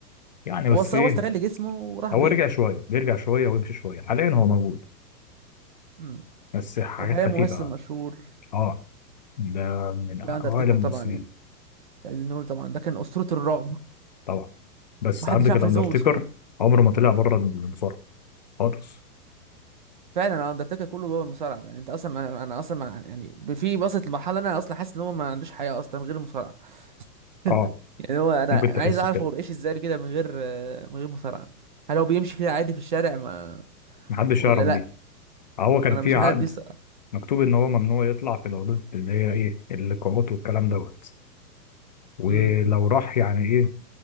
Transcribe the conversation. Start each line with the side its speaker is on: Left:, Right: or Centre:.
Left: يعني بس
Right: هو است-
Left: ايه
Right: هو استغل جسمه وراح
Left: هو
Right: بيه
Left: رجع شويه بيرجع شويه ويمشي شويه حاليا هو موجود
Right: امم
Left: بس حاجات
Right: هو حاليا
Left: خفيفه
Right: ممثل مشهور
Left: اه ده من
Right: في
Left: اوائل
Right: اندرتيكر
Left: الممثلين
Right: طبعا يعني عايزين نقول طبعا ده كان اسطورة الرعب
Left: طبعا بس
Right: محدش
Left: عندك
Right: عارف
Left: الاندرتيكر
Right: يهزمه بسهولة
Left: عمره ما طلع بره المصارعه خالص
Right: فعلا انا اندرتيكر كله جوه المصارعة يعني انت اصلا انا أنا اصلا ما- يعني في وصلت لمرحلة انا اصلا حاسس ان هو ما عندوش حياة اصلا غير المصارعة <laughs>
Left: اه
Right: يعني هو انا
Left: ممكن
Right: عايز
Left: تحس
Right: اعرف
Left: بكده
Right: هو بيعيش ازاي كده من غير آه، من غير مصارعة هل هو بيمشي كده عادي في الشارع ما
Left: محدش
Right: ولا
Left: يعرف
Right: لا
Left: دي هو
Right: ما
Left: كان
Right: انا
Left: في
Right: مش
Left: عقد
Right: عارف دي الصراحة
Left: مكتوب ان هو ممنوع يطلع في العروض اللي هي ايه اللقاءات والكلام دوت ولو
Right: امم
Left: راح يعني ايه